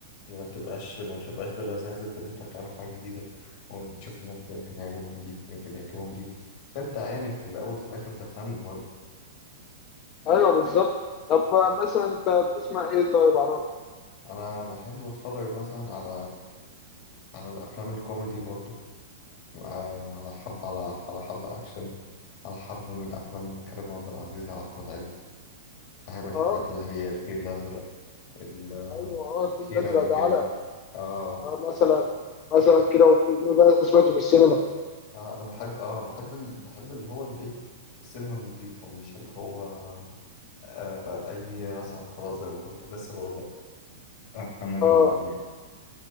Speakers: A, on the left; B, on the left.
A: ما بتبقاش ما بتبقاش بلذاذة إن أنت هتعمل حاجة جديدة وتشوف الناس يمكن يعجبهم دي يمكن يعجبهم دي تبدع يعني في الأول في الآخر ده فن برضه
B: ايوه بالظبط طب مثلا انت بتسمع ايه طيب عرام
A: أنا بحب أتفرج مثلا على على الأفلام الكوميدي برضه آه، على حب على على حب أكشن على حب من أفلام كريم عبد العزيز على أحمد عز فاهم الحاجات
B: اه
A: اللي هي الفيل الأزرق ال-
B: ايوه اه الفيل
A: كيرة
B: الازرق
A: والجن
B: ده علق
A: اه
B: اه مثلا مثلا
A: الحاج
B: كده والجن ده سمعته في السينما
A: آه انا بحب اه بحب ال... بحب اللي هو الايه السينما النظيفة مش اللي هو آه، اي رزعه خلاص زي ما كنت لسه بقول لك آه، محمد
B: اه
A: رمضان يعني